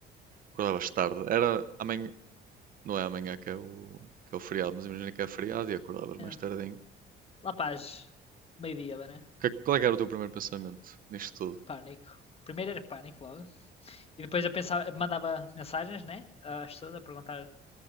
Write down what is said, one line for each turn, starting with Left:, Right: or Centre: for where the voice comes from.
Right: acordavas tarde, era amanhã Não é amanhã que é o, que é o feriado, mas imagina que é feriado e acordavas
Left: É.
Right: mais tardinho.
Left: Lá para as meio-dia, né?
Right: Que- Qual é que era o teu primeiro pensamento nisto tudo?
Left: Pânico. Primeiro era pânico logo. E depois eu pensava, mandava mensagens, né? Às pessoas a perguntar